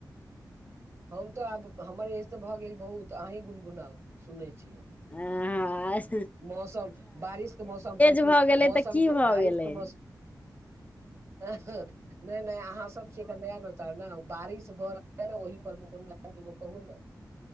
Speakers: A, on the right; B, on the left.
A: हम तऽ आब हमर एज तऽ भऽ गेल बहुत अहीं गुनगुनाउ सुनने छी हम
B: आ अस -
A: मौसम बारिशके मौसम पर
B: भऽ
A: की
B: गेलै
A: मौसमके
B: तऽ की भऽ
A: बारिशके
B: गेलै
A: मौसम नहि नहि अहाँ सब न नया नौतार ने बारिश भऽ रहलै ने ओहि पर मे दूगो लाइन कहू ने